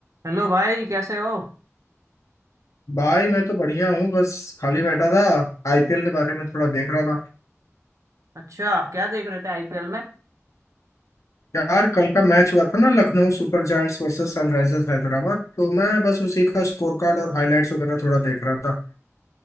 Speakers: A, on the right; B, on the left.
A: Hello भाई कैसे हो
B: भाई मैं तो बढ़िया हूँ बस खाली बैठा था आईपीएल के बारे में थोड़ा देख रहा था
A: अच्छा क्या देख रहे थे आईपीएल में
B: यार कल का मैच हुआ था ना लखनऊ सुपर जायंट्स versus सनराइजर्स हैदराबाद तो मैं बस उसी का स्कोर कार्ड और हाइलाइट्स वगैरह थोड़ा देख रहा था